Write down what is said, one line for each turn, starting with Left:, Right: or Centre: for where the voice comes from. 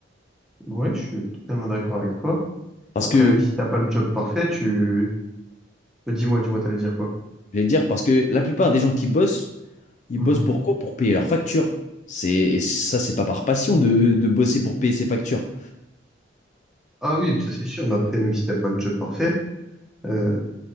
Centre: Ouais, je suis totalement d'accord avec toi.
Left: Parce
Centre: Après,
Left: que,
Centre: même si t'as pas le job parfait, tu, bah, dis-moi, dis-moi, t'allais dire quoi?
Left: je vais dire, parce que la plupart des gens qui bossent, ils
Centre: Mhm.
Left: bossent pour quoi? Pour payer leurs factures. C'est, et ça, c'est pas par passion de de bosser pour payer ses factures.
Centre: Ah oui, ça c'est sûr, mais après, même si t'as pas le job parfait, euh,